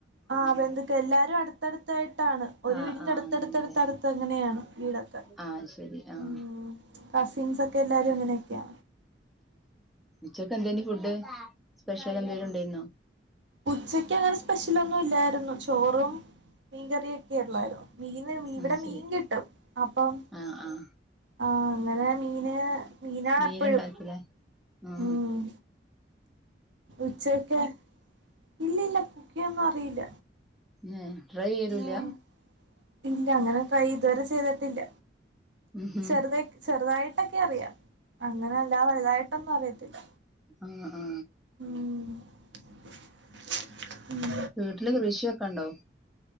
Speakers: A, on the right; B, in the centre.
A: ആ്
B: അങ്ങനെ
A: അപ്പൊ ബന്ധുക്കൾ എല്ലാരും അടുത്തടുത്തായിട്ട് താണ് ഒരു
B: ആഹ്
A: വീടിന്റെ
B: ആഹ്
A: അടുത്ത്ടുത്ത്ടുത്ത്ടുത്ത്
B: അങ്ങനെല്ലേ
A: അങ്ങനെയാണ് വീടൊക്കെ
B: ആഹ് ശരി ആഹ്
A: ഉംകസിൻസ് ഒക്കെ എല്ലാരും അങ്ങനെയൊക്കെയ
B: ഉച്ചക്കെ എന്ത ഫുഡ് സ്പെഷ്യൽ എന്തേും ഉണ്ടായിരുന്നോ
A: ഉച്ചക്ക് അങ്ങനെ സ്പെഷ്യലൊന്നും ഇല്ലായിരുന്നു ചോറും മീൻകറിയും ഒക്കെ ഉള്ളായിനു മീന് ഇവിടെ
B: ആഹ് ശരി
A: മീൻ കിട്ടും അപ്പം
B: ആഹ് ആഹ്
A: ആ അങ്ങനെ മീന് മീനാണ്
B: മീന്
A: എപ്പഴും
B: ണ്ടാക്കില്ലേ മ്
A: ഉം ഉച്ചയൊക്കെ ഇല്ലല്ല കുക്കിങ്ങൊന്നും അറില്ല
B: ഏഹ് ട്രൈ ചെയ്യലുല്ല
A: അഹ് ഇല്ല അങ്ങനെ കൈ ഇതുവരെ ചെയ്തിട്ടില്ല.
B: ഉം ഉം
A: ചെറ്ത് ചെറുതായിട്ടൊക്കറിയാ അങ്ങനെ അല്ല വലുതായിട്ടൊന്നും അറിയത്തില്ല
B: ആ ആ
A: ഉം
B: വീട്ടില് കൃഷിയൊക്കെ ണ്ടോ